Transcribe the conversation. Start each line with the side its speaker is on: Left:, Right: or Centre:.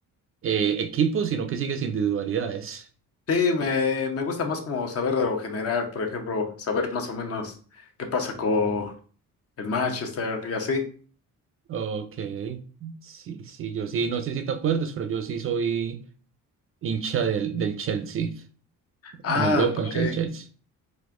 Right: eh, equipos, sino que sigues individualidades.
Left: Sí, me, me gusta más como saber de lo general, por ejemplo, saber más o menos qué pasa con el Manchester y así.
Right: Ok, sí, sí, yo sí, no sé si te acuerdas, pero yo sí soy hincha del, del Chelsea,
Left: Ah,
Right: en Europa,
Left: ok.
Right: hincha del Chelsea,